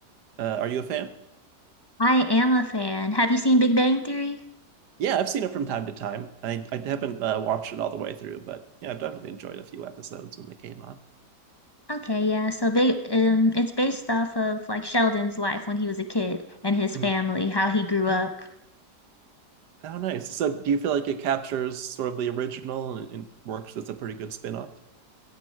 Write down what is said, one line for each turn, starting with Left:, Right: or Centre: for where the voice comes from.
Right: Uh, are you a fan?
Left: I am a fan. Have you seen Big Bang Theory?
Right: Yeah, I've seen it from time to time. I I haven't uh, watched it all the way through, but yeah, I've definitely enjoyed a few episodes when they came on.
Left: Okay, yeah. So big, um, it's based off of like Sheldon's life when he was a kid and his family,
Right: Mhm.
Left: how he grew up.
Right: Oh, nice. So, do you feel like it captures sort of the original and, and works as a pretty good spin-off?